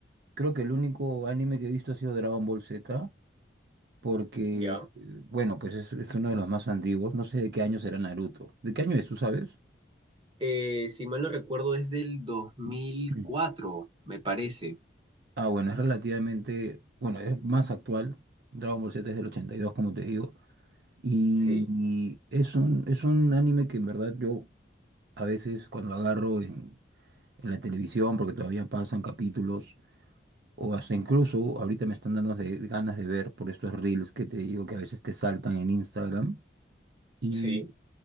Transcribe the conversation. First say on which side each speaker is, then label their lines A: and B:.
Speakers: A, on the right; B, on the right.
A: Creo que el único anime que he visto ha sido Dragon Ball Z, porque,
B: Ya.
A: eh, bueno, pues es, es uno de los más antiguos. No sé de qué año será Naruto. ¿De qué año es, tú sabes?
B: Eh, si mal no recuerdo, es del dos
A: <clears throat>
B: mil cuatro me parece.
A: Ah, bueno, es relativamente, bueno, es más actual. Dragon Ball Z es del 82 como te digo. Y,
B: Sí.
A: y es un, es un anime que en verdad yo a veces cuando agarro en, en la televisión, porque todavía pasan capítulos, o hasta incluso ahorita me están dando de, ganas de ver por estos reels que te digo que a veces te saltan en Instagram. Y
B: Sí.